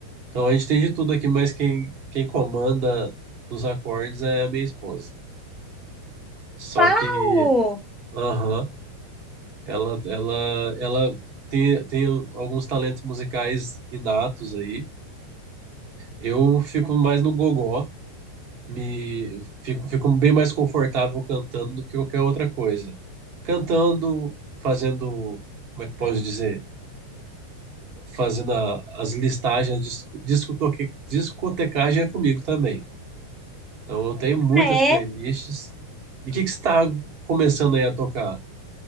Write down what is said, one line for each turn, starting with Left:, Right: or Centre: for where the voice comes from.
Right: Então a gente tem de tudo aqui, mas quem, quem comanda nos acordes é a minha esposa. Só
Centre: Uau!
Right: que, aham, ela, ela, ela tem, tem alguns talentos musicais inatos aí. Eu fico mais no gogó, me fico, fico bem mais confortável cantando do que qualquer outra coisa. Cantando, fazendo, como é que posso dizer? Fazendo a- as listagens, disco- discotoque- discotecagem é comigo também. Então eu tenho muitas
Centre: Ah, é?
Right: playlists. E o que que você está começando aí a tocar?